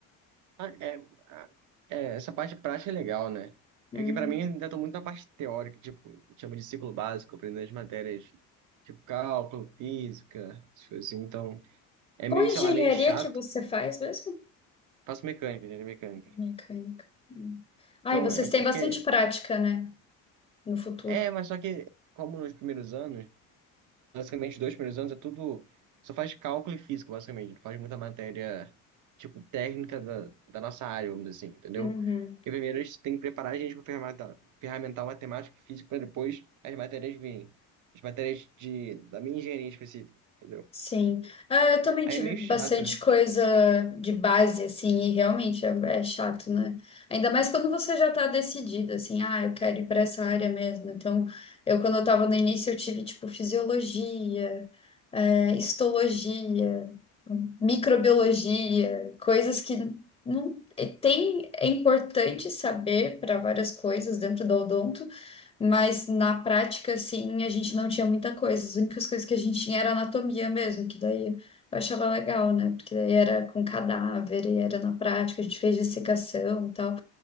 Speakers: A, on the right (about 60°); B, on the left (about 15°).
A: Ah, É, ah, é, essa parte prática é legal, né?
B: Hum.
A: É que pra mim ainda tô muito na parte teórica, tipo, chama de ciclo básico, aprendendo as matérias, tipo cálculo, física, essas coisas assim. Então, é
B: Qual
A: meio,
B: engenharia
A: sei lá, meio chato.
B: que você faz mesmo?
A: Faço mecânica, engenharia mecânica.
B: Mecânica. Hum. Ah,
A: Então,
B: e vocês
A: é porque.
B: têm bastante prática, né? No futuro.
A: É, mas só que, como nos primeiros anos. basicamente, os dois primeiros anos é tudo. Só faz cálculo e física, basicamente. Não faz muita matéria, tipo, técnica da, da nossa área, vamos dizer assim, entendeu?
B: Uhum.
A: Porque primeiro a gente tem que preparar a gente para ferramental, ferramental matemática e física para depois as matérias virem. As matérias de, da minha engenharia específica, entendeu?
B: Sim. Ah, eu também
A: Aí
B: tive
A: é meio chato.
B: bastante coisa de base, assim, e realmente é, é chato, né? Ainda mais quando você já tá decidido, assim, ah, eu quero ir para essa área mesmo. Então, eu, quando eu tava no início, eu tive, tipo, fisiologia, eh, histologia, microbiologia, coisas que não. e Tem, é importante saber para várias coisas dentro do odonto, mas na prática, assim, a gente não tinha muita coisa. As únicas coisas que a gente tinha era anatomia mesmo, que daí eu achava legal, né? Porque daí era com cadáver e era na prática, a gente fez dissecação e tal.